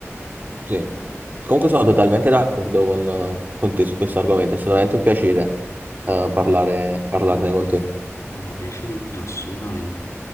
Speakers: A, on the right (about 40°); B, on the left (about 80°).
A: sì. Comunque sono totalmente d'accordo con, con te su questo argomento, è stato veramente un piacere eh, parlare-
B: No,
A: parlarne con te.
B: no, ma piacere mio, assolutamente.